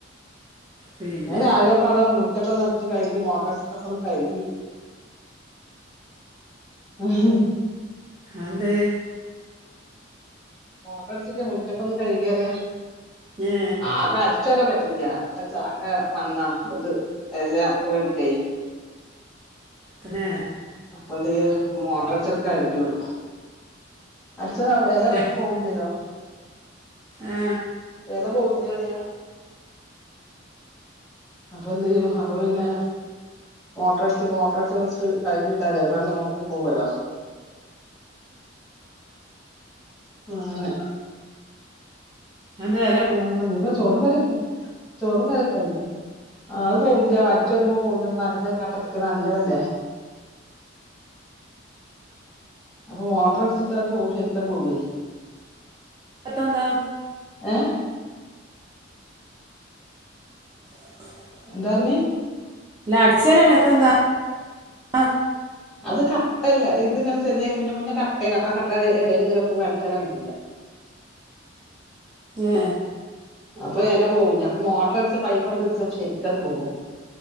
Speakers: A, on the right (about 20°); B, in the centre.
A: പിന്നെ
B: ഞാൻ രാവിലെ ഇപ്പാടെ മുറ്റൊക്കെ ഒന്ന് അട്ച്ച് കഴുകി മോട്ടറടിച്ചിട്ടൊക്കെ ഒന്ന് കഴ്കി. ങ് ഹ്
A: ആന്തേ?
B: മോട്ടറടിച്ചിട്ട് മുറ്റൊക്കെ ഒന്ന് കഴികിറിയ
A: ഏ
B: ആകെ അട് ച്ചെരാൻ പറ്റ്ണ്ല്ല ന്താച്ചാകെ മണ്ണാ ഇത് എല വീണിട്ടേ
A: തന്നേ
B: അപ്പ എന്ത ചെയ്യാ മോട്ടോറടിച്ചാണ്ട് കഴുകി വിടും പക്ഷേ വെല
A: ഇല്ല
B: പോവില്ലല്ലോ
A: ആ
B: വെല പോവുല്ലാറിയാ അപ്പ എന്ത് ചെയ്യും അപ്പ പിന്നെ മോട്ടാറടിച്ച് മോട്ടറടിച്ച് സ് കഴിഞ്ഞിട്ടാ മതി അപ്പ ആടെള്ളെ മൊത്തത്തി പോവല്ലോ അങ്ങനെ
A: ആന്തേ എല
B: ആഹ് ഇണ്ട് ഇഞ്ഞിപ്പോ ചോറും കറിയൊക്കെ ചോറും കറിയൊക്കെ ആയിക്ക്ണ് ആഹ് അത് പോവുല്ല അടിച്ച് വാരുമ്പോ കൂടുതലും പ്പലത് കട്ടെത്ത്ക്ക്ണെ അങ്ങനെല്ലേ അപ്പൊ മൊട്ടറടിച്ചിട്ടാൽ അത് പോവും ശെരിക്കാണ്ട് പോവേ
A: പത്തെന്താ?
B: ഏഹ്?
A: <inaudible>
B: എന്താ പറഞ്ഞെ?
A: എല്ലാ അടിച്ച് വെരാൻ നേരത്ത് എന്താ ആഹ്
B: അത് കട്ടല്ല ഇത് ഇങ്ങനെ ചെറിയ കുഞ്ഞ കുഞ്ഞ കട്ടേണ്. അപ്പൊ കട്ടടെ എടെല് ഇങ്ങനെ നിക്കുമ്പോ അടിച്ച് വെരാൻ വെയ്ക്കൂലാ.
A: ഏഹ്
B: അപ്പൊ എല പോവൂല്ല അപ്പൊ മോട്ടർ അടിച്ചാ പൈപ്പാണ്ട് പിടിച്ചാ ശെരിക്കങ്ങട്ട് പോകും.